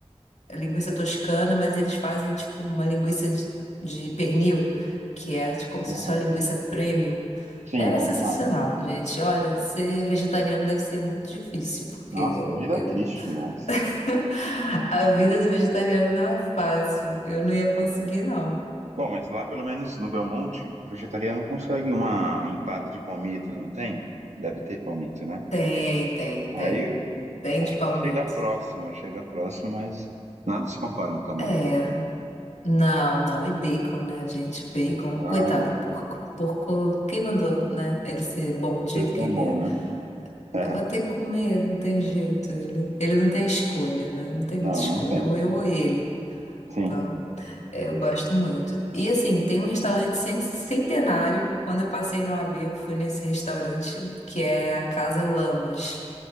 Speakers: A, on the left; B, on the right.
A: linguiça toscana, mas eles fazem tipo uma linguiça de, de pernil, que é tipo, como
B: Nossa.
A: se fosse uma linguiça premium.
B: Sim,
A: É
B: bom
A: sensacional,
B: demais.
A: gente. Olha, ser vegetariano deve ser muito difícil, porque
B: Nossa, a vida
A: eu
B: é triste demais.
A: <laughs> A vida do vegetariano não é fácil. Eu não ia conseguir, não.
B: Bom, mas lá pelo menos no Belmonte, o vegetariano consegue uma empada de palmito, não tem? Deve ter palmito, né?
A: Tem, tem,
B: Aí
A: tem. Tem de palmito.
B: chega próximo, chega próximo, mas nada se compara a um camarão.
A: É. Não, não. E bacon, né, gente? Bacon.
B: Ah,
A: Coitado do porco. Porco, quem mandou, né? Ele ser bom do
B: isso
A: jeito
B: é
A: que
B: tão
A: ele
B: bom,
A: é.
B: né? É,
A: Eu vou ter que comer, não tem jeito. Ele, ele não tem escolha, né? Não tem
B: não,
A: muita escolha.
B: não tem.
A: Ou eu ou ele.
B: Sim.
A: Então. É, Eu gosto muito. E assim, tem um restaurante cen- centenário. Quando eu passei na OAB, eu fui nesse restaurante, que é a Casa Lamas,